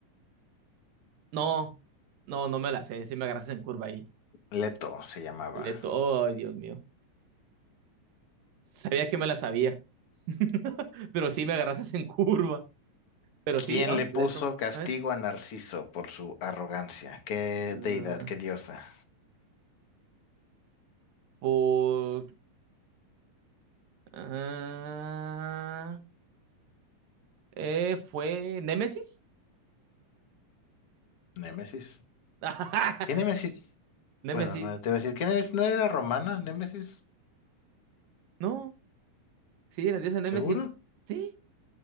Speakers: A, on the right; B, on the left.
A: No, no, no me la sé. Si me agarras en curva ahí.
B: Leto se llamaba.
A: Leto, ay, Dios mío. Sabía que me la sabía. <laughs> Pero sí me agarras en curva. Pero sí,
B: ¿Quién
A: ah,
B: le puso
A: Leto.
B: castigo
A: ¿Ven?
B: a Narciso por su arrogancia? ¿Qué
A: Ah,
B: deidad, qué diosa?
A: por- ah, eh, ¿fue Némesis?
B: Némesis.
A: <laughs>
B: ¿Qué Némesis?
A: Némesis.
B: Bueno, no te voy a decir, ¿qué Némesis? ¿No era romana, Némesis?
A: No, sí, la diosa Némesis.
B: ¿Seguro?
A: Sí.